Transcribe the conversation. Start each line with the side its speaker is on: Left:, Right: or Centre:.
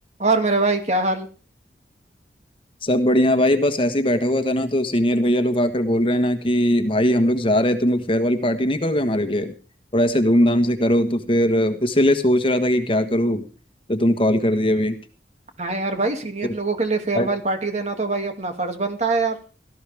Right: और मेरे भाई क्या हाल
Left: सब बढ़िया भाई बस ऐसे ही बैठा हुआ था ना तो सीनियर भैया लोग आकर बोल रहे हैं ना कि भाई हम लोग जा रहे हैं तुम लोग फेयरवेल पार्टी नहीं करोगे हमारे लिए और ऐसे धूमधाम से करो तो फिर अ, इसीलिए सोच रहा था कि क्या करूँ तो तुम कॉल कर दिए अभी
Right: हाँ यार भाई सीनियर
Left: तो
Right: लोगों के लिए
Left: भाई
Right: फेयरवेल पार्टी देना तो भाई अपना फर्ज बनता है यार